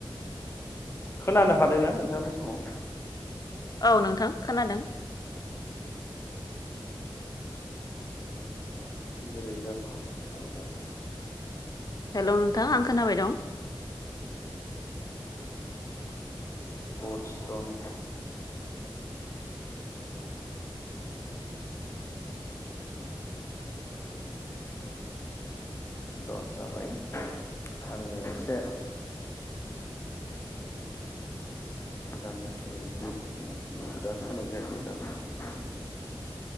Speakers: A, on the left (about 30°); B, on the left (about 45°).
A: खोनानो हादोंना नोंथांङा बे समा?
B: औ नोंथां खोनादों।
A: <inaudible>
B: हेल' नोंथां आं खोनाबाय दं।
A: <inaudible> र' जाबाय आंङो एसे दान जायाखै ब्लुथुदानो खानेक जायाखै दाबो-'